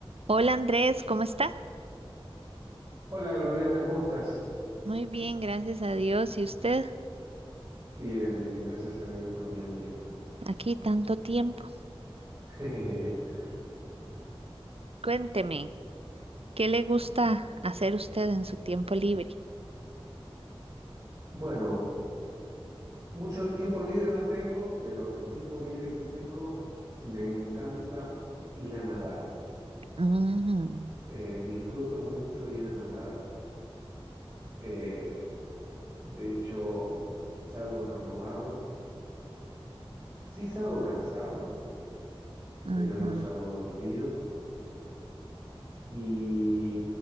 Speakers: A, on the right; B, on the right.
A: Hola Andrés, ¿cómo está?
B: Hola Gloriana, ¿cómo estás?
A: Muy bien, gracias a Dios. ¿Y usted?
B: Bien, bien, gracias a Dios también bien.
A: Aquí tanto tiempo.
B: <laughs>
A: Cuénteme, ¿qué le gusta hacer usted en su tiempo libre?
B: Bueno, mucho tiempo libre no tengo, pero el tiempo libre que tengo me encanta ir a nadar.
A: Mm,
B: Eh, disfruto mucho de ir a nadar. eh, de hecho, salgo renovado. Sí salgo cansado,
A: ajá,
B: pero no salgo dolorido. Y